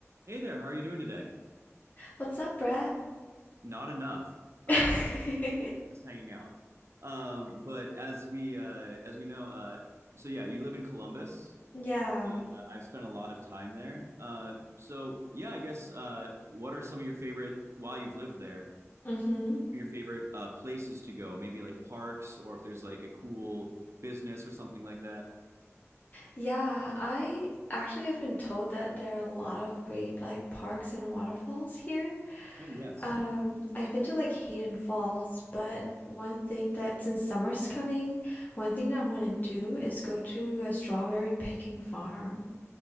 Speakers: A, on the right; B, on the left.
A: Hey there, how are you doing today?
B: What's up, Brett?
A: Not enough, uh,
B: <laughs>
A: just hanging out. Um, but as we uh, as we know, uh, so yeah, you live in Columbus,
B: Yeah.
A: and uh, I've spent a lot of time there. Uh, so yeah, I guess uh, what are some of your favorite while you've lived there?
B: Mm-hmm.
A: Your favorite uh, places to go? Maybe like parks, or if there's like a cool business or something like that.
B: Yeah, I actually have been told that there are a lot of great like parks and waterfalls here.
A: Oh yes.
B: Um, I've been to like Hayden Falls, but one thing that since summer's coming, one thing that I want to do is go to a strawberry picking farm.